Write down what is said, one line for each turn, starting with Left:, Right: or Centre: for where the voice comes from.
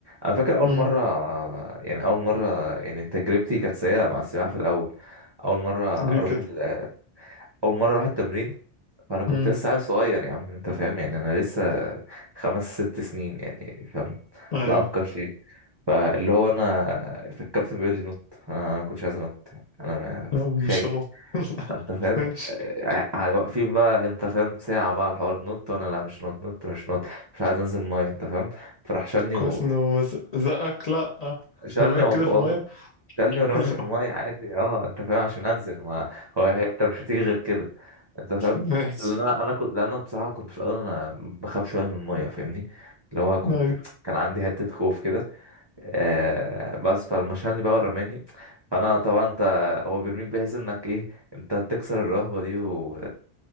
Right: انا فاكر اول
Left: مم.
Right: مره آه، يعني اول مره يعني تجربتي كانت سيئه مع السباحه في الاول اول مره
Left: ليه
Right: اروح
Left: كده
Right: ال... اول مره اروح التمرين فانا كنت
Left: مم.
Right: لسه عيل صغير يا عم انت فاهم يعني انا لسه خمس ست سنين يعني فاهم
Left: ايوه
Right: لا افكر شيء فاللي هو انا فالكابتن بيقول لي نط انا انا ما كنتش عايز انط يعني. انا
Left: لا مش
Right: خايف
Left: هنط <laughs> لا،
Right: انت فاهم
Left: ماشي
Right: آه، آه، واقفين بقى انت فاهم ساعة بقى على الحوار نط وانا لا مش نط نط مش نط مش عايز انزل المية انت فاهم فراح شالني
Left: طب كويس
Right: و
Left: انه ما ز- زقك لا
Right: شالني
Left: رماك
Right: والله
Left: كده في
Right: والله
Left: المية
Right: شالني
Left: <laughs>
Right: ورماني
Left: لا
Right: في المية عادي اه انت فاهم عشان انزل ما هو هي انت مش هتيجي غير كده انت فاهم
Left: ماشي
Right: لان انا انا كنت لان انا بصراحة كنت في الاول انا بخاف شوية من المية فاهمني اللي هو كنت
Left: ايوه
Right: كان عندي حتة خوف كده آه بس فلما شالني بقى ورماني فانا طبعا انت هو بيرميك بحيث انك ايه انت تكسر الرهبة دي و